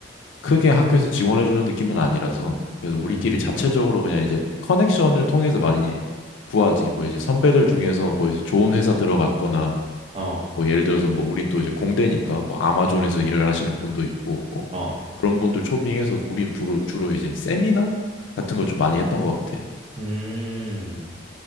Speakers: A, on the left (about 75°); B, on the right (about 30°).
A: 크게 학교에서 지원해 주는 느낌은 아니라서 그래서 우리끼리
B: 음.
A: 자체적으로 그냥 이제 커넥션을 통해서 많이 구하지 뭐 이제 선배들 중에서 뭐 이제 좋은 회사 들어갔거나
B: 어.
A: 뭐 예를 들어서 뭐 우린 또 이제 공대니까 뭐 아마존에서
B: 음.
A: 일을 하시는 분도 있고 뭐
B: 어.
A: 그런 분들 초빙해서 우린 주로 주로 이제 세미나 같은 걸 좀 많이 했던 것 같아.
B: 음.